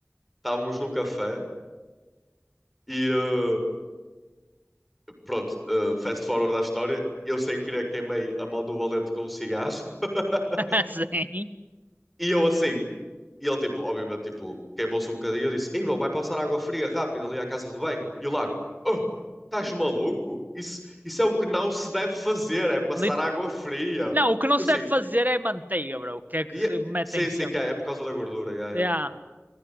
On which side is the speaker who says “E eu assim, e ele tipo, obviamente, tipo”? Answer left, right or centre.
Centre